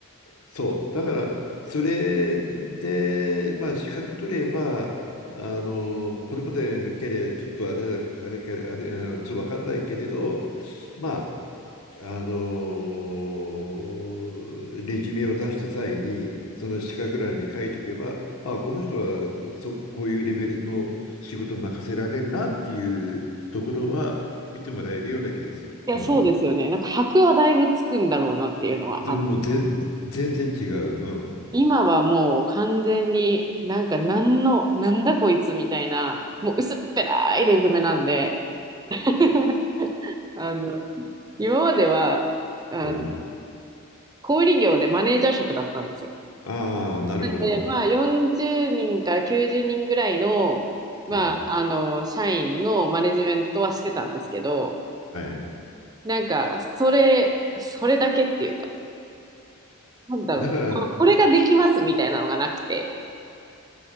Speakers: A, on the left; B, on the right.
A: そう。だから、それで、まあ、資格取れば、あの、これまでのければ、ちょっとあれ、あれか、あれ、あのちょっとわかんないけれど、まあ、あのーレジュメを出した際にその資格欄に書いとけばああこの人はそこういうレベルの仕事任せられるなっていうところは見てもらえるような気がする。
B: いや、
A: うん、
B: そうですよね。なんか箔はだいぶつくんだろうなっていうのはあった。
A: でももう全全然違う。うん
B: 今はもう完全になんかなんの、なんだこいつみたいな、もう薄っぺらいレジュメなんで、<laughs> あの、今までは、あの、
A: <laughs> うん、
B: 小売業でマネージャー職だったんですよ。
A: ああなるほど。
B: で、まあ40人から90人ぐらいの、まあ、
A: うん
B: あの、社員のマネジメントはしてたんですけど、
A: はい、
B: なんか、それ、それだけっていうか、なんだろう、
A: だから
B: ここれができますみたいなのがなくて。